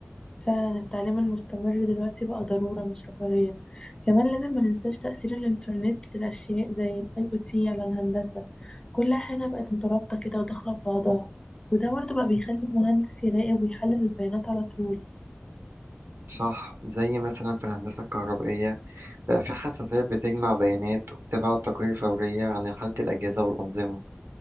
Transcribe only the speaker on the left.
فعلا التعليم المستمر دلوقتي بقى ضرورة مش رفاهية كمان لازم ما ننساش تأثير الإنترنت للأشياء زي ال IoT على الهندسة كل حاجة بقت مترابطة كده وداخلة في بعضها وده برضه بقى بيخلي المهندس يراقب ويحلل البيانات على طول